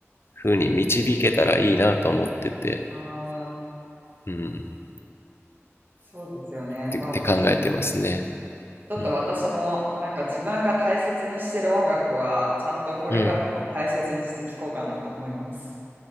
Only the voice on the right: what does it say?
ああ、
そうですよね。
まあ、ちょちょっと私も、
なんか自分が大切にしてる音楽は、ちゃんとこれからも大切にして聴こうかなと思います。